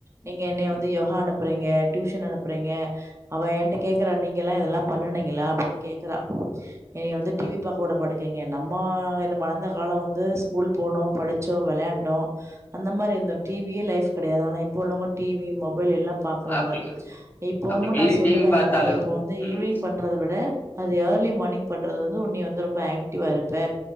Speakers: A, on the right; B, on the left.
A: நீங்க என்னைய
B: ம்
A: வந்து யோகா அனுப்புறீங்க டியூஷன் அனுப்புறீங்க அவ என்ட கேக்குறா நீங்க எல்லாம் இதெல்லாம் பண்ணுனீங்களா அப்டின்னு கேக்குறா என்னை வந்து டிவி
B: ம்
A: பார்க்க விடமாட்டிங்க இங்க நம்ம மழந்த காலம் வந்து ஏன் ஸ்கூல் போனோம் படிச்சோம் விளையாண்டோம் அந்த மாரி இருந்தோம் டிவியே லைஃப் கிடையாது ஆனால் இப்போ உள்ளவங்க டிவி மொபைல் எல்லாம் பார்க்குறாங்க
B: அப்டி
A: இப்போதும்
B: அப்படி மீறி
A: நான் சொல்லுவேன்
B: டிவி பாத்தாலும்
A: ஆனால் இப்போது வந்து
B: ம்
A: ஈவ்னிங் பண்ணுறதை விட அது ஏர்லி மார்னிங் பண்றது வந்து உன்னி வந்து ரொம்ப வர இருப்ப